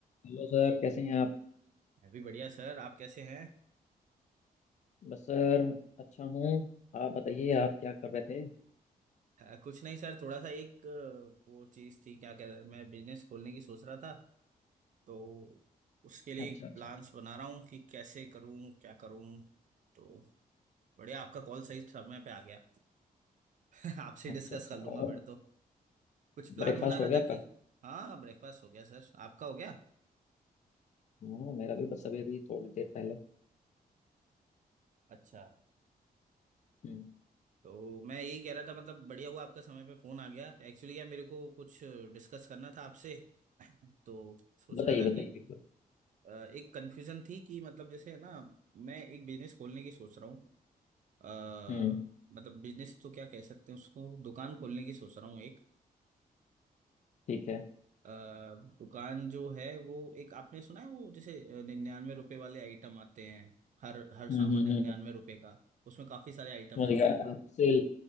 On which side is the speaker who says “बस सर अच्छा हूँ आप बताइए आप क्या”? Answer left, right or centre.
Left